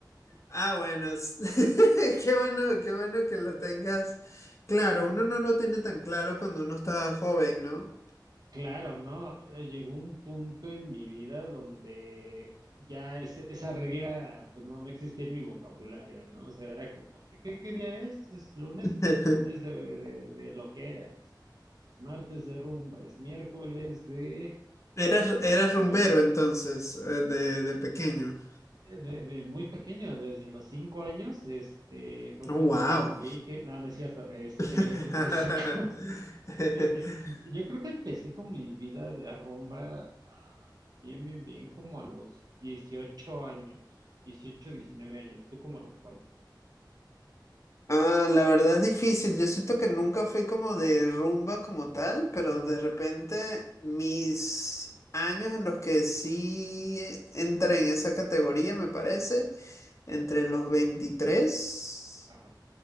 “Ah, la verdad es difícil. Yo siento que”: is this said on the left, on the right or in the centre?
Left